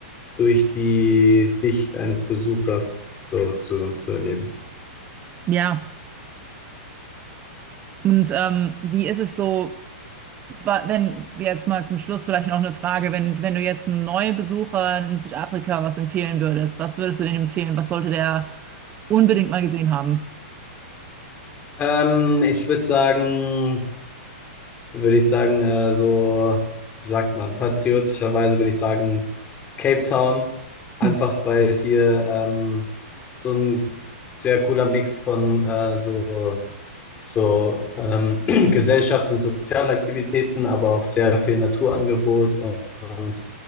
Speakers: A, on the left; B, on the right.
A: durch die Sicht eines Besuchers so zu, zu erleben.
B: Ja, und ähm, wie ist es so, wa- wenn wir jetzt mal zum Schluss vielleicht noch eine Frage, wenn, wenn du jetzt einem Neubesucher in Südafrika was empfehlen würdest, was würdest du denen empfehlen? Was sollte der unbedingt mal gesehen haben?
A: Ähm, ich würde sagen, würde ich sagen, äh, so, wie sagt man, patriotischerweise würde ich sagen, Cape Town, einfach
B: Hm.
A: weil hier ähm, so ein sehr cooler Mix von äh, so, so ähm, <clears throat> Gesellschaft und Sozialaktivitäten, aber auch sehr viel Naturangebot und, und,